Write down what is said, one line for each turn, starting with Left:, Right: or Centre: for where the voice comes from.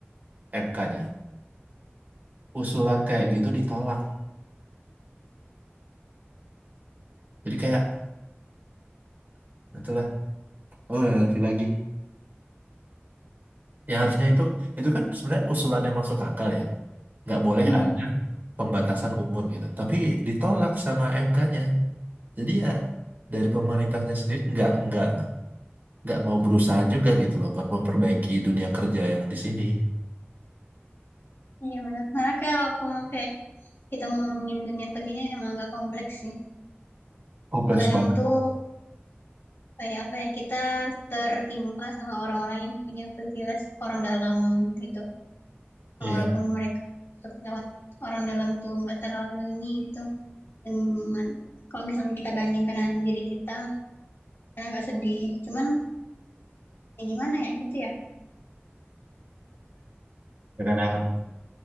Right: MK-nya usulan kayak gitu ditolak jadi kayak itulah oh nggak ngerti lagi ya harusnya itu itu kan sebenarnya usulan yang masuk akal ya nggak boleh
Left: hmm,
Right: ada pembatasan umur gitu tapi ditolak sama MK-nya jadi ya dari pemerintahnya sendiri nggak nggak nggak mau berusaha juga gitu loh buat memperbaiki dunia kerja yang di sini
Left: iya benar karena kalau ngomong kayak kita ngomongin dunia kerjanya emang agak kompleks sih
Right: kompleks
Left: kadang
Right: banget
Left: tuh kayak apa ya kita tertimpa sama orang-orang yang punya privilege orang dalam gitu
Right: iya
Left: walaupun mereka masuk lewat orang dalam tuh nggak terlalu ini gitu Cuman kalau misalnya kita bandingkan dengan diri kita, karena agak sedih. Cuman ya gimana ya gitu ya.
Right: kadang